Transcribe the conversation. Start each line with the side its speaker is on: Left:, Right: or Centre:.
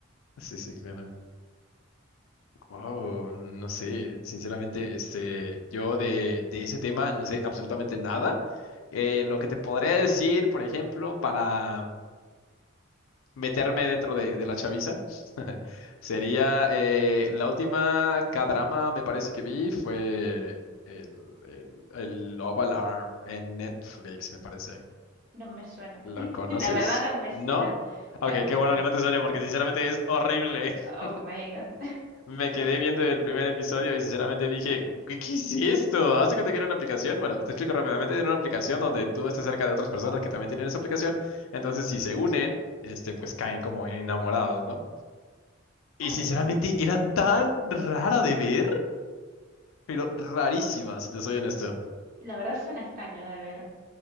Left: Sí, sí, claro. Wow, no sé, sinceramente, este, yo de, de ese tema no sé absolutamente nada. Eh, lo que te podría decir, por ejemplo, para meterme dentro de, de la chaviza. Sería eh, la última K-drama, me parece que vi, fue el, el, el Love Alarm en Netflix, me parece.
Right: No me suena,
Left: ¿Lo
Right: <laughs>
Left: conoces?
Right: la verdad no me suena,
Left: ¿No? Ok,
Right: no, no,
Left: qué bueno
Right: no,
Left: que no te suene porque sinceramente es horrible.
Right: oh
Left: <laughs>
Right: my God, <laughs>
Left: Me quedé viendo el primer episodio y sinceramente dije, ¿qué, qué es esto? ¿Hace que te quiera una aplicación? Bueno, te explico rápidamente, era una aplicación donde tú estás cerca de otras personas que también tienen esa aplicación, entonces si se unen, este, pues caen como enamorados, ¿no? Y
Right: ay,
Left: sinceramente era tan rara de ver. pero rarísima, si te soy honesto.
Right: la verdad suena extraño de ver,